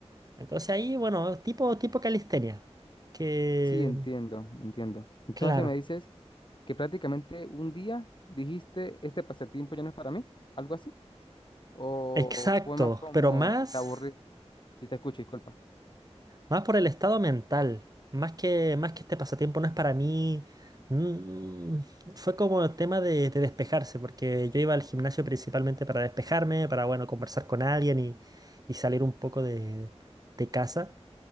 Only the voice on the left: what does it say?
Sí, entiendo, entiendo. Entonces
me dices que prácticamente un día dijiste, este pasatiempo ya no es para mí, algo así. ¿O
fue más como
te aburriste? Si te escucho, disculpa.